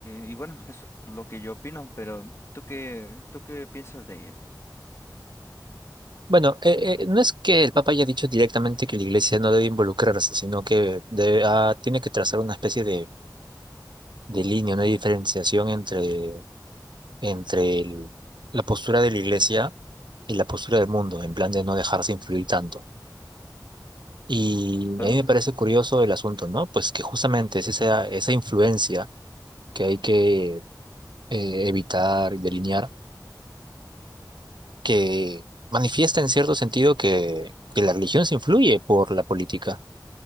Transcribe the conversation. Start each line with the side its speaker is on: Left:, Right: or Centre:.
Left: y bueno, eso es lo que yo opino, pero ¿tú qué, tú qué piensas de ello?
Right: Bueno, eh, eh, no es que el Papa haya dicho directamente que la Iglesia no debe involucrarse, sino que debe- ah, tiene que trazar una especie de, de línea, una diferenciación entre, entre el- la postura de la Iglesia y la postura del mundo, en plan de no dejarse influir tanto. Y
Left: Claro,
Right: a mí me parece curioso el asunto, ¿no? Pues que justamente es esa, esa influencia que hay que eh, evitar y delinear, que manifiesta en cierto sentido que, que la religión se influye por la política,